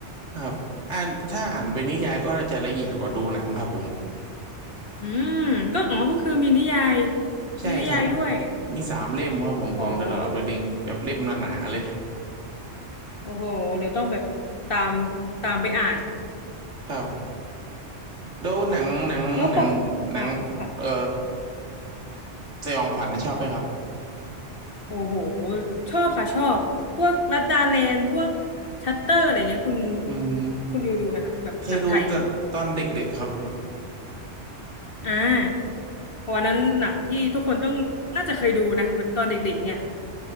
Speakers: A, on the right; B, on the left.
A: ครับอ่านถ้าอ่านเป็นนิยายก็น่าจะละเอียดกว่าดูหนังครับผม
B: อืมก็อ๋อก็คือมีนิยาย
A: ใช่ครับ
B: มีนิยายด้วย
A: มีสามเล่มครับผมของ
B: โอ้โห
A: The Lord of the Ring แบบเล่มหนาๆเลย
B: โอ้โหเดี๋ยวต้องแบบตามตามไปอ่าน
A: ครับแล้วหนังหนังหนังหนังเอ่อ
B: แล้วปกอ่าค่ะ
A: สยองขวัญชอบไหมครับ
B: โอ้โหชอบค่ะชอบพวกลัดดาแลนด์พวกชัตเตอร์อะไรเงี้ยคุณ
A: อืม
B: คุณดูดูไหมคะแบบหนังไทย
A: เคยดูตอนตอนเด็กๆครับครับ
B: อ่าเพราะวันนั้นหนังที่ทุกคนต้องน่าจะเคยดูนะแบบตอนเด็กๆเนี่ย